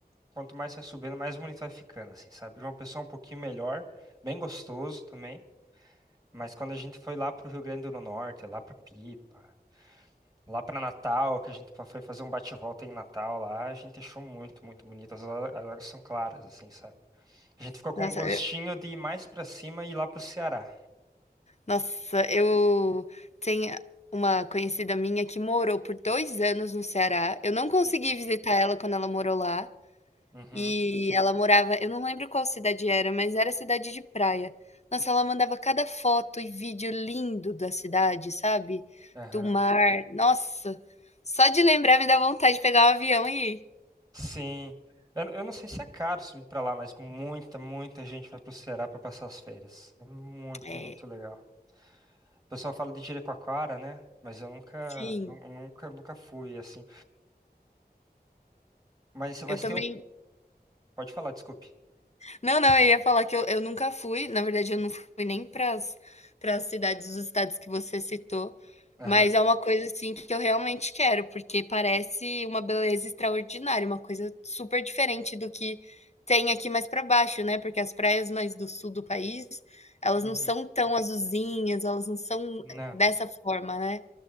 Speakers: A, on the right (about 20°); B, on the left (about 40°).
A: quanto mais você vai subindo, mais bonito vai ficando, assim, sabe? João Pessoa é um pouquinho melhor, bem gostoso também. Mas quando a gente foi lá pro Rio Grande do Norte, lá pra Pipa, lá pra Natal, que a gente fa- foi fazer um bate-volta em Natal lá, a gente achou muito, muito bonito. As á- as águas são claras, assim, sabe? A gente ficou com
B: Nossa,
A: um gostinho
B: eu
A: de ir mais pra cima e ir lá pro Ceará.
B: nossa, eu tenho uma conhecida minha que morou por 2 anos no Ceará, eu não consegui visitar ela quando ela morou lá,
A: Uhum.
B: e ela morava eu não lembro qual cidade era, mas era cidade de praia. Nossa, ela mandava cada foto e vídeo lindo da cidade, sabe,
A: aham.
B: do mar. Nossa, só de lembrar me dá vontade de pegar um avião e ir.
A: Sim. Eu, eu não sei se é caro subir pra lá, mas muita, muita gente vai pro Ceará pra passar as férias. É muito,
B: É,
A: muito legal. O pessoal fala de Jericoacoara, né? Mas eu nunca,
B: sim,
A: nu- nunca, nunca fui assim. Mas, mas
B: eu também
A: tem um. Pode falar, desculpe.
B: Não, não, eu ia falar que eu, eu nunca fui, na verdade, eu não fui nem para as cidades dos estados que você citou,
A: Aham.
B: mas é uma coisa assim que eu realmente quero, porque parece uma beleza extraordinária, uma coisa super diferente do que tem aqui mais para baixo, né? Porque as praias mais do sul do país, elas
A: Uhum.
B: não são tão azulzinhas, elas não são
A: Não.
B: dessa forma, né?